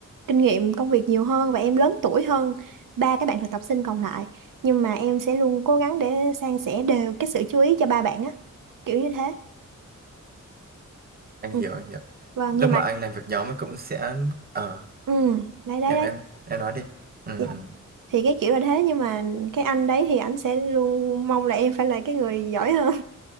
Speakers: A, on the right (about 80°); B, on the right (about 30°).
A: kinh nghiệm công việc nhiều hơn và em lớn tuổi hơn ba các bạn thực tập sinh còn lại nhưng mà em sẽ luôn cố gắng để san sẻ đều cái sự chú ý cho ba bạn á kiểu như thế
B: anh
A: ừ.
B: hiểu anh hiểu
A: vâng
B: lúc
A: nhưng mà
B: mà anh làm việc nhóm ấy cũng sẽ ờ
A: ừ đấy đấy
B: em
A: đấy
B: em em nói đi ừ,
A: Dạ.
B: ừ.
A: thì cái kiểu là thế nhưng mà cái anh đấy thì ảnh sẽ luôn mong là em phải là cái người giỏi hơn